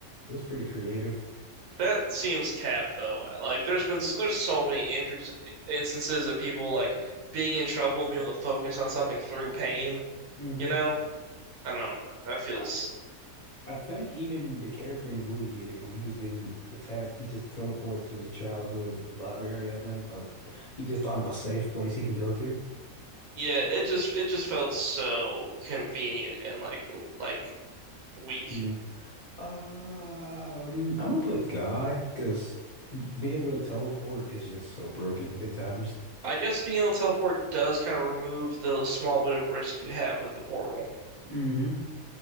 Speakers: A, on the left; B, on the right.
A: It was pretty creative.
B: That seems cap though. I- Like there's been so, there's so many inter- instances of people like being in trouble and being able to focus on something through pain,
A: hmm
B: you know? I don't that feels
A: I, I think even the character in the movie did it when he was getting attacked. He just teleported to his childhood library, I think. Uh, he just thought of a safe place he can go to.
B: yeah, it just it just felt so convenient and like like weak.
A: Yeah. Um, I'm gonna put God because being able to teleport is just so broken at times
B: I guess being able to teleport does kind of remove the small bit of risk you have with the portal,
A: hmm